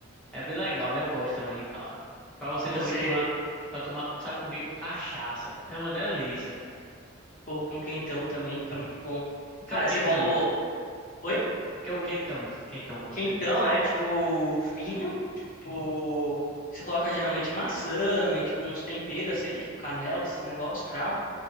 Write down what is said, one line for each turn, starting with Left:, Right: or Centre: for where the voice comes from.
Centre: é bem legal, né? Eu gosto também de caldo. Pra você
Left: você,
Centre: também tomar, pra tomar, sabe com o quê? Com cachaça. É uma delícia, pô.
Left: pô, com quentão também fica muito bom.
Centre: O
Left: Cara,
Centre: que é o quentão?
Left: você falou, oi?
Centre: O que é o quentão? Quentão que você
Left: Quentão
Centre: disse.
Left: é, tipo, vinho, tipo, você coloca geralmente maçã e, tipo, uns temperos, assim, tipo, canela, esses negócios, cravo.